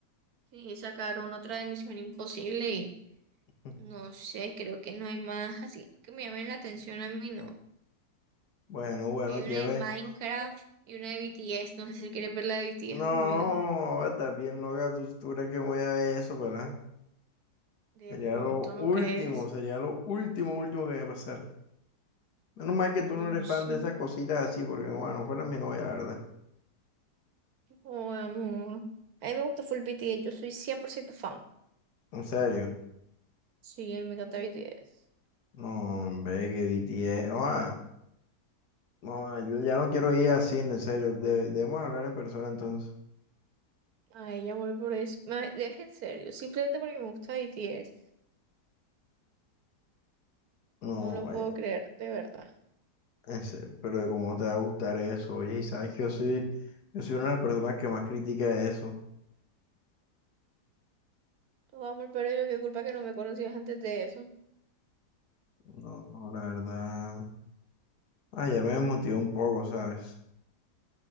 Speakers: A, on the right; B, on the left.
A: sí, sacaron otra de Misión Imposible
B: <laughs>
A: No sé, creo que no hay más así que me llamen la atención a mí, no.
B: Bueno, bueno,
A: Hay
B: lleve.
A: una de Minecraft y una de BTS. No sé si quieres ver la de BTS
B: No,
A: conmigo.
B: está bien, no, tú, tú crees que me voy a ver eso, ¿verdad?
A: De
B: Sería
A: pronto,
B: lo último,
A: ¿no crees?
B: sería lo último, último que me pasar. Menos mal que tú
A: No
B: no eres fan
A: sé.
B: de esas cositas así, porque bueno, fuera mi novia, la verdad.
A: Oh, amor. A mí me gusta full BTS. Yo soy 100% fan.
B: En serio.
A: Sí, a mí me encanta BTS.
B: No, hombre, que BTS. Oa, no, yo ya no quiero ir así, en serio. De- debemos hablar en persona entonces.
A: Ay, amor, por eso. Me, es en serio. Simplemente porque me gusta BTS.
B: No,
A: No lo
B: ay,
A: puedo creer, de verdad.
B: en serio, pero de cómo te va a gustar eso. Oye, y sabes que yo soy, yo soy una de las personas que más critica eso.
A: Oh, amor, pero yo qué culpa que no me conocías antes de eso.
B: No, no, la verdad. Ah, ya me desmotivó un poco, ¿sabes?